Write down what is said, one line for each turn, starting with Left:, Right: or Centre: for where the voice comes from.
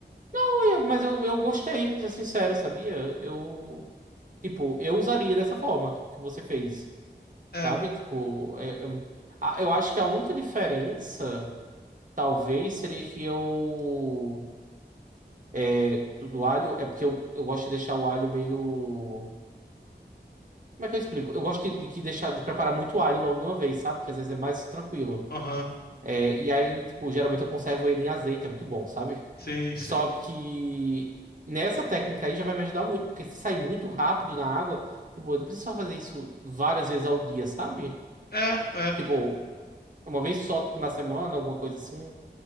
Right: Não, eu- Mas eu, eu gostei, pra ser sincero, sabia? Eu, tipo, eu usaria dessa forma, tipo, que você fez,
Left: É,
Right: sabe? Tipo, é- é- um, a- eu acho que a única diferença, talvez, seria que eu. É, Tudo alho é porque eu, eu gosto de deixar o alho meio. Como é que eu explico? Eu gosto de, de que deixar, de preparar muito alho logo de uma vez, sabe? Que às vezes é mais tranquilo.
Left: aham,
Right: É, e aí, tipo, geralmente eu conservo ele em azeite, é muito bom, sabe?
Left: sim,
Right: Só
Left: sim.
Right: que nessa técnica aí já vai me ajudar muito, porque se sair muito rápido na água, tipo, eu não preciso só fazer isso várias vezes ao dia, sabe?
Left: É, é,
Right: Tipo, uma vez só, tipo, na semana, alguma coisa assim.